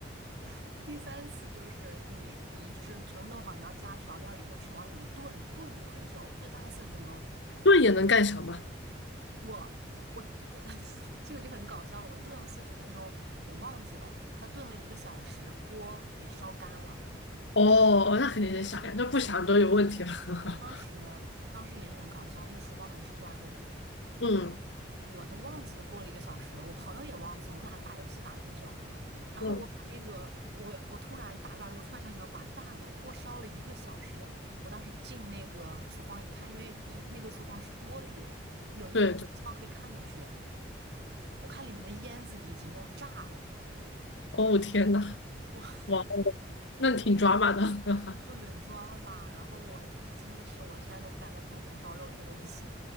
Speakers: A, on the right (about 60°); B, on the left (about 75°).
A: <laughs> 第三次就是你你就是全部弄好，你要加调料以后去往里面炖炖很久，炖大概四十分钟，
B: 盾也能干啥嘛？
A: 我我 <laughs> 这个就很搞笑了，我炖了四十分钟，我忘记了它炖了一个小时，锅给烧干了。
B: 哦哦，那肯定得想呀，那不想都有问题了。<laughs>
A: 当时当时也是很搞笑，那个厨房门是关着的，
B: 嗯
A: 我我都忘记了过了一个小时了，我朋友也忘记我们俩打游戏打了很久，然后我把那个我我突然打着打着，
B: 嗯，
A: 我突然想起来，完蛋了，锅烧了一个小时，我当时进那个厨房一看，因为一那个厨房是玻璃，有一个玻璃窗可以看进去，
B: 对对，
A: 我看里面的烟子已经要炸了，
B: 哦天呐，
A: 我 <laughs>
B: 哇哦，那挺抓马的。<laughs>
A: 很抓马，然后我真的是我现在都不敢再碰红烧肉这个东西。